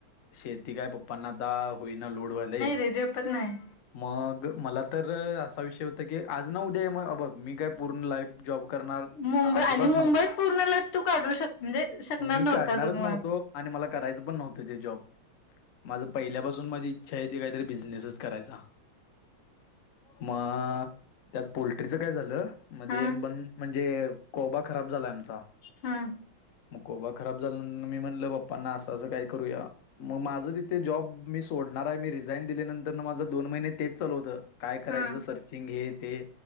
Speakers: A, on the left (about 50°); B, on the left (about 85°).
A: शेती काय पप्पांना आता होईना. लोड व्हायलय.
B: ते झेपत नाही.
A: मग मला तर असा विषय होता की आज न उद्या मग अ बघ मी काय पूर्ण लाईफ जॉब करणार
B: मुंबई
A: अजिबात
B: आणि मुंबईत
A: नव्हतो.
B: पूर्ण लत तू काढू शक म्हणजे शकणार
A: मी
B: नव्हताच
A: काढणारच
B: मुळात.
A: नव्हतो. आणि मला करायचं पण नव्हतं ते जॉब माझ पहिल्यापासून माझी इच्छा आहे. ती काहीतरी बिझनेसच करायचा. मग त्यात पोल्ट्रीचं काय झालं. मध्ये
B: हा
A: बंद म्हणजे कोबा खराब झालाय आमचा.
B: हा
A: म कोबा खराब झाल्यान मी म्हटलं पप्पांना असं असं काय करूया. मग माझं तिथे जॉब मी सोडणार आहे. मी रिझाईन दिल्यानंत तरन माझ दोन महिने तेच चालु होत काय करायच
B: हा
A: सर्चिंग हे ते